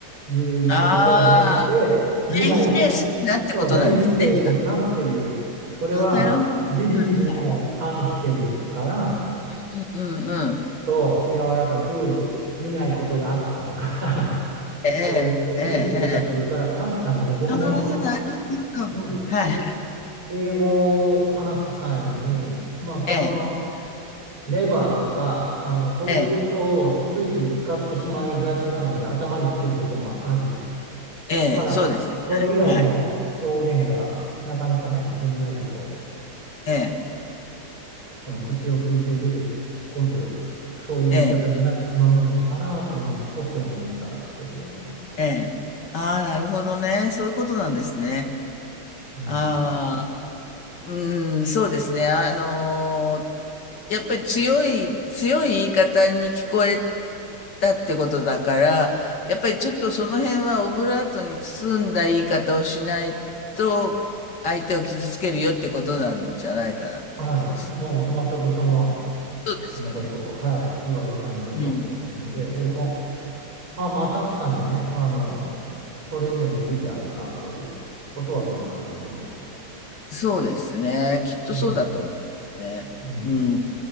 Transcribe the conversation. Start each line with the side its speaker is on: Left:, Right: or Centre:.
Right: いう言い方ではなくて見ないみそう全否定するなっていうそれは事実にも反してるから
Left: ああ、全否定するなってことなんですね。あーなるほどね。はいはいうんうんうん。
Right: と柔らかく見ないことがあったとか <laughs>
Left: ええ、
Right: そういうふうに言うべきだっていうから確かにね僕もその、
Left: ええ、ええ。ああ、なるほど。は
Right: うん、え
Left: いはい。
Right: 英語を話す際にまあその
Left: ええ、
Right: レバーとか、あの、そういうことをついつい使ってしまいがちなので、
Left: ええ、
Right: 頭にきてることもあり。
Left: ええ、
Right: だから、
Left: そうですね。
Right: それ以外の表現がなかなかね、
Left: はい。
Right: すんなりと、
Left: ええ、
Right: その口をついて出てこず、そういう言い方になってしまうんかなと、
Left: ええ、
Right: まあ少しは思ったんですけどね、その時。
Left: ええ。ああ、なるほどね。そういうことなんですね。
Right: うん。
Left: ああ、うん、そうですね。あのーやっぱり強い、強い言い方に聞こえたってことだから、やっぱりちょっとその辺はオブラートに包んだ言い方をしないと、相手を傷つけるよってことなんじゃないかなって気がして。
Right: はい。もう全くその
Left: そうですよね。
Right: 通りのことを、はい、言われたんだと思うので、
Left: うん。
Right: 僕もあ、まあ確かにね、あの、それには一理あるなということは今感じてます。
Left: そうですね。きっとそうだと思いますね。
Right: うん、うん、
Left: うん。